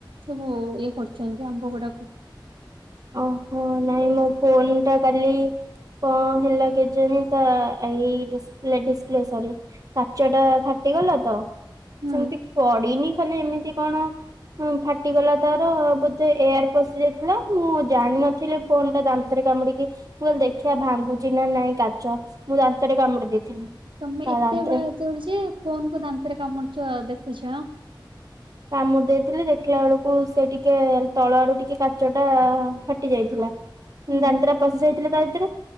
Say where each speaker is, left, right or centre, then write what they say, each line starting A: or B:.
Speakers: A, on the right; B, on the right.
A: ସବୁ ଇଏ କରୁଛନ୍ତି ଆମ୍ବ ଗୁଡାକ
B: ଓହୋ ନାଇଁ ମୋ ଫୋନ ଟା କାଲି କଣ ହେଲା କେଜାଣି ତା ଏଇ ଡ଼ିସପ୍ଲେ ଡିସପ୍ଲେ ସରି କାଚ ଟା ଫାଟିଗଲା ତ
A: ହୁଁ
B: ସେମିତି ପଡିନି ଖାଲି ଏମିତି କଣ ଫାଟିଗଲା ତାର ବୋଧେ ଏୟାର ପଶି ଯାଇଥିଲା। ମୁଁ ଜାଣିନଥିଲି ଫୋନ୍ ଟା ଦାନ୍ତରେ କାମୁଡିକି ମୁୁହଲେ ଦେଖିବା ଭାଙ୍ଗୁଚି ନା ନାଇଁ କାଚ ମୁଁ ଦାନ୍ତରେ କାମୁଡି ଦେଇଥିଲି।
A: ତମେ
B: ତା
A: ଏତେ
B: ଦାନ୍ତରେ
A: ବାହାଦୁର ଯେ ଫୋନ କୁ ଦାନ୍ତରେ କାମୁଡୁଛ ଦେଖୁଛ।
B: କାମୁ ଦେଇଥିଲେ ଦେଖିଲା ବେଳକୁ ସେ ଟିକେ ତଳ ଆଡୁ ଟିକେ କାଚ ଟା ଫାଟି ଯାଇଥିଲା
A: ହୁଁ
B: ଦାନ୍ତ ଟା ପଶିଯାଇଥିଲା ତା ଭିତରେ